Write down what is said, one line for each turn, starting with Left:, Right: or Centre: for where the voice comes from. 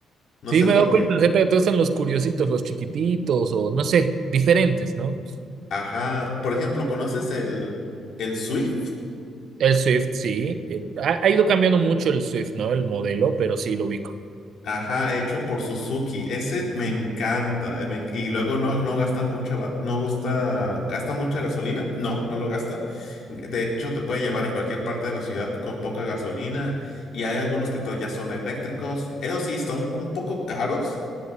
Left: No
Right: Sí,
Left: sé
Right: me
Left: por
Right: he dado
Left: qué.
Right: cuenta, Zeta, que todos están los curiositos, los chiquititos, o no sé, diferentes, ¿no?
Left: Ajá. Por ejemplo, ¿conoces el, el Swift?
Right: El Swift, sí. El- ha, ha ido cambiando mucho el Swift, ¿no? El modelo, pero sí lo ubico.
Left: Ajá, hecho por Suzuki. Ese me encanta. eh, me en- y luego no, no gasta mucha, ba- no gusta, gasta mucha gasolina. No, no lo gasta. De hecho, te puede llevar en cualquier parte de la ciudad con poca gasolina. Y hay algunos que to- ya son eléctricos. Eso sí, son un poco caros.